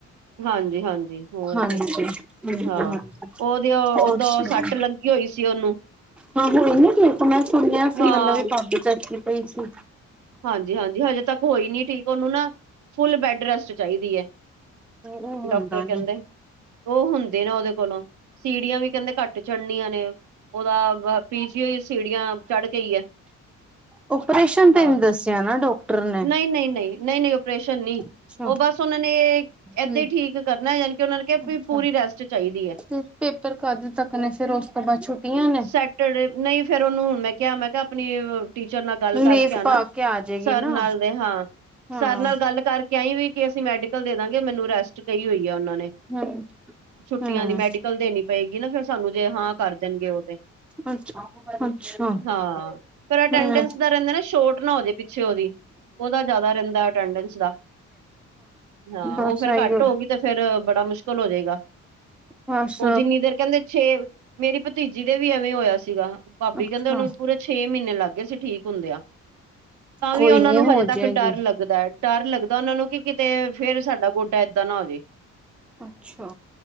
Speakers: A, on the right (about 75°); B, in the centre.
A: ਹਾਂਜੀ ਹਾਂਜੀ ਹੋਰ
B: ਹਾਂਜੀ
A: ਕੀ
B: ਹਾਂਜੀ ਹਾਂਜੀ
A: ਹਾਂ
B: ਹਾਂਜੀ
A: ਉਹਦੇ ਓਦਾਂ
B: ਹੋਰ ਸੁਣਾਓ।
A: ਸੱਟ ਲੱਗੀ ਹੋਈ ਸੀ ਉਹਨੂੰ
B: ਹਾਂ ਹੁਣ ਨਹੀਂ ਠੀਕ ਮੈਂ ਸੁਣਿਆ ਸੀ।
A: ਹਾਂ
B: ਮੈਨੂੰ ਵੀ ਭਾਬੀ ਕਹਿ ਕੇ ਗਈ ਸੀ।
A: ਹਾਂਜੀ ਹਾਂਜੀ ਹਜੇ ਤੱਕ ਹੋਈ ਨੀ ਠੀਕ ਉਹਨੂੰ ਨਾ ਫੁੱਲ ਬੈਡ ਰੈਸਟ ਚਾਹੀਦੀ ਹੈ।
B: ਉਹ ਹੁੰਦਾ
A: ਡਾਕਟਰ
B: ਨੀ
A: ਕਹਿੰਦੇ ਉਹ ਹੁੰਦੀ ਨਹੀਂ ਉਹਦੇ ਕੋਲੋਂ ਸੀੜੀਆਂ ਵੀ ਕਹਿੰਦੇ ਘੱਟ ਚੜਨੀਆਂ ਨੇ ਉਹਦਾ ਪੀਜੀ ਹੋਈ ਸੀੜੀਆਂ ਚੜ੍ਹ ਗਈ ਹੈ।
B: ਓਪਰੇਸ਼ਨ ਤੇ
A: ਹਾਂ
B: ਨਹੀਂ ਦੱਸਿਆ ਨਾ ਡਾਕਟਰ ਨੇ
A: ਨਹੀਂ ਨਹੀਂ ਨਹੀਂ ਨਹੀਂ ਨਹੀਂ ਓਪਰੇੇਸ਼ਨ ਨਹੀਂ
B: ਅੱਛਾ
A: ਉਹ ਬਸ ਉਹਨਾਂ ਨੇ ਏਦਾਂ
B: ਹਮ
A: ਹੀ ਠੀਕ ਕਰਨਾ ਯਾਣੀ ਕਿ ਉਹਨਾ ਨੇ ਕਿਹਾ ਵੀ
B: ਅੱਛਾ
A: ਪੂਰੀ ਰੈਸਟ ਚਾਹੀਦੀ ਹੈ।
B: ਤੇ ਪੇਪਰ ਕਦ ਤੱਕ ਨੇ ਫਿਰ ਉਸ ਤੋਂ ਬਾਅਦ ਛੁੱਟੀਆਂ ਨੇ
A: ਸੈਟਰਡੇ ਨਹੀਂ ਫ਼ਿਰ ਉਹਨੂੰ ਮੈਂ ਕਿਹਾ ਮੈਂ ਕਿਹਾ ਆਪਣੀ ਅਹ ਟੀਚਰ ਨਾਲ ਗੱਲ ਕਰਕੇ
B: ਲੀਵ
A: ਆਉਣਾ
B: ਪਾ ਕੇ ਆ ਜਾਏਗੀ
A: ਸਰ
B: ਨਾ
A: ਨਾਲ ਦੇ ਹਾਂ
B: ਹਾਂ
A: ਸਰ ਨਾਲ ਗੱਲ ਕਰਕੇ ਕਈ ਵੀ ਕਿ ਅਸੀਂ ਮੈਡੀਕਲ ਦੇ ਦਾਂਗੇ ਮੈਨੂੰ ਰੈਸਟ ਕਹੀ ਹੋਈ ਹੈ ਉਹਨੇ
B: ਹਮ
A: ਛੁਟੀਆਂ
B: ਹਮ
A: ਦੀ ਮੈਡੀਕਲ ਦੇਣੀ ਪਏਗੀ ਨਾ ਫੇਰ ਸਾਨੂੰ ਜੇ ਹਾਂ ਕਰ ਦੇਣਗੇ। ਹੋ ਤੇ
B: ਅੱਛਾ, ਅੱਛਾ ਹੂੰ।
A: ਹਾਂ ਫਿਰ ਅਟੈਂਡੈਂਸ
B: ਹਾਂ,
A: ਦਾ ਰਹਿੰਦਾ ਨਾ ਸ਼ੋਟ ਨਾ ਉਹਦੀ ਪਿੱਛੇ ਉਹਦੀ ਉਹਦਾ ਜ਼ਿਆਦਾ ਰਹਿੰਦਾ ਅਟੈਡਸ ਦਾ ਹਾਂ ਉਹ
B: ਬਸ
A: ਫੇਰ
B: ਆਈਓ
A: ਘੱਟ ਹੋਗੀ ਤੇ ਫੇਰ ਬੜਾ ਮੁਸ਼ਕਿਲ ਹੋਜੇਗਾ
B: ਬਸ
A: ਉਹ ਜਿੰਨੀ ਦੇਰ ਕਹਿੰਦੇ ਛੇ ਮੇਰੀ ਭਤੀਜੀ ਜਿਹਦੇ ਵੀ ਐਵੇਂ ਹੋਇਆ ਸੀਗਾ ਭਾਬੀ
B: ਅੱਛਾ
A: ਕਹਿੰਦੇ ਉਹਨੂੰ ਪੂਰੇ ਛੇ ਮਹੀਨੇ ਲੱਗ ਗਏ ਸੀ ਠੀਕ ਹੁੰਦਿਆਂ। ਤਾਂ ਵੀ
B: ਕੋਈ
A: ਉਹਨਾਂ
B: ਨੀ
A: ਨੂੰ
B: ਹੋ
A: ਹਜੇ ਤੱਕ
B: ਜਾਏਗੀ।
A: ਡਰ ਲੱਗਦਾ ਹੈ। ਡਰ ਲੱਗਦਾ ਉਹਨਾ ਨੂੰ ਕਿ ਕਿਤੇ ਫੇਰ ਸਾਡਾ ਗੋਡਾ ਏਦਾਂ ਨਾ ਹੋਵੇ।
B: ਅੱਛਾ।